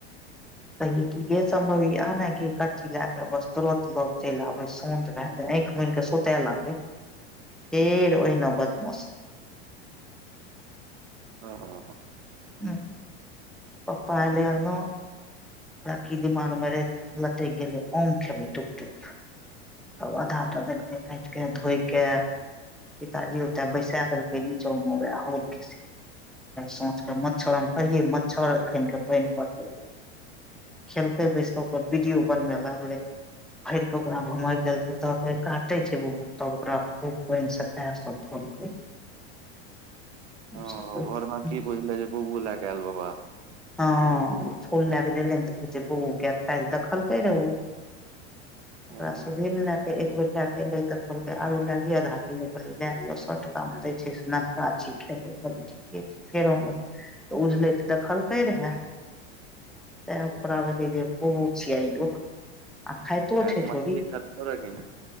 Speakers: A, on the right; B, in the centre.
A: <unintelligible>
B: कहिये कि गे सम्भव य आ ने ग करची लए क बस तुरंत लोग चलि आबय शत भए जाय आँखि मन के सुत लबे फेर ओहिना बदमाश
A: ह हँ ह
B: ह प पलन राकीदि म मरे हलात ग गेल म खेब ुकटुक तब आधा टा देलकै काटि के धोइ क- पिताजी ओते बैसा देलकै नीचों वएह होल के सोच के मच्छर कहि मच्छरन के पानि पड़ले खेलक बैसक को वीडियो बनबे लागल भर के ओकरा घुम लेलेलकै ते काटे छै तब ओकरा खूब पानि से पयर सब धोल
A: ह
B: हँ
A: घरमे की बुझले जे बूबू लए क आयल बाबा
B: हँ ओ फूल लए के गेले तऽ कह छै बौ तऽ काल्हि देखलकै रहे ओ ओरा
A: हँ
B: सुधी ने लत एक बेर ल कऽ एलै तऽ कहलकै आरू लए लिअ आधा किलो कहलियै लए लिअ सए टकामे दै छै से न गाछी खेबै कह ठीके छै फेरो तऽ उजलै देखल कै रह तैपर आ ल ब छ आइयो आखाय तो
A: काल्हि
B: छै
A: मछली
B: ोरी
A: खेलको रहे कि ने